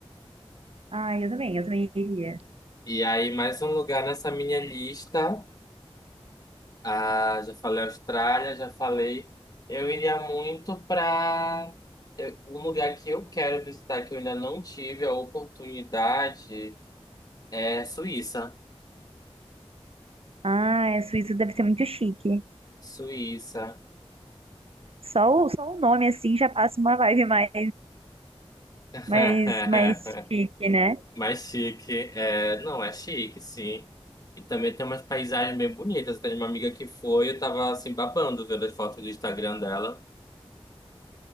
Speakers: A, on the right; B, on the left.
A: Ah, eu também, eu também iria.
B: E aí, mais um lugar nessa minha lista. Ah, já falei Austrália, já falei. Eu iria muito para um lugar que eu quero visitar, que eu ainda não tive a oportunidade. É Suíça.
A: Ah, a Suíça deve ser muito chique.
B: Suíça.
A: Só o, só o nome, assim, já passa uma vibe mais,
B: <laughs>
A: mais, mais chique, né?
B: Mais chique. É, não, é chique, sim. E também tem umas paisagens bem bonitas. Tem uma amiga que foi, eu tava assim babando vendo as fotos do Instagram dela.